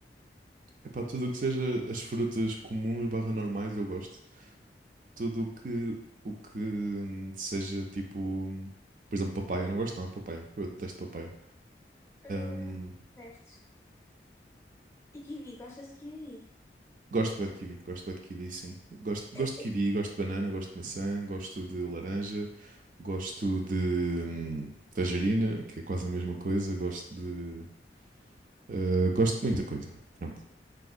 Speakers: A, on the right; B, on the left.
A: epá, tudo o que seja as frutas comuns barra normais eu gosto. Tudo o que, o que hum, seja tipo, por exemplo, papaya. Eu não gosto nada de papaya. Eu detesto papaya.
B: Ah,
A: Hum,
B: Certo. E kiwi, gostas de kiwi?
A: Gosto bué de kiwi, gosto bué de kiwi, sim. Gosto,
B: Eh,
A: gosto de kiwi, gosto de banana, gosto de maçã, gosto de laranja, gosto de hum, tangerina, que é quase a mesma coisa. Gosto de. eh, gosto de muita coisa. Pronto.